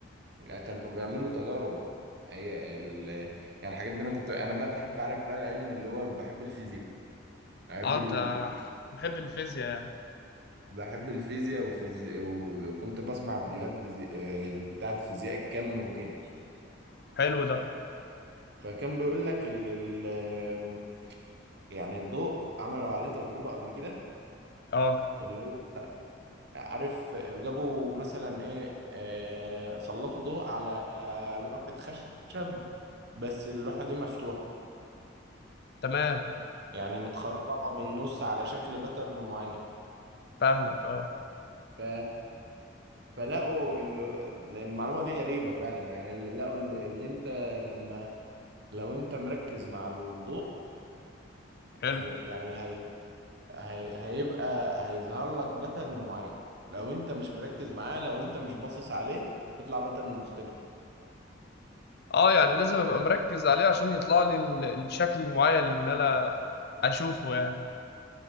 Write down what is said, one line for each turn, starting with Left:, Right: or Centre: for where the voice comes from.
Right: يعني كانوا بيعملوا تجارب هي ال... يعني الحاجات دي انا كنت انا بقى بحب اعرف بقى العلم اللي هو بحب الفيزياء بحب
Left: اه انت
Right: ال...
Left: محب الفيزياء يعني
Right: بحب الفيزياء وفيزي... وكنت بسمع فيديوهات فيزي... آه، بتاعة فيزياء الكم وكده
Left: حلو ده
Right: فكان بيقول لك ال... ال... يعني الضوء عملوا عليه تجربة قبل كده
Left: اه
Right: اللي هو عارف جابوا مثلا ايه آه، سلطوا ضوء على لوحة خشب بس اللوحة دي مفتوحة
Left: تمام
Right: يعني متخرمة من النص على شكل باترن معين
Left: فاهمك اه
Right: ف... فلقوا ال... المعلومة دي غريبة فعلا يعني لقوا اللي, اللي انت لما لو انت مركز مع الضوء
Left: حلو
Right: هي... يعني هي... هي... هيبقى هيظهر لك باترن معين لو انت مش مركز معاه لو انت مش باصص عليه بيطلع باترن مختلف
Left: اه يعني لازم ابقى مركز عليه عشان يطلع لي ال- الشكل المعين اللي إن انا اشوفه يعني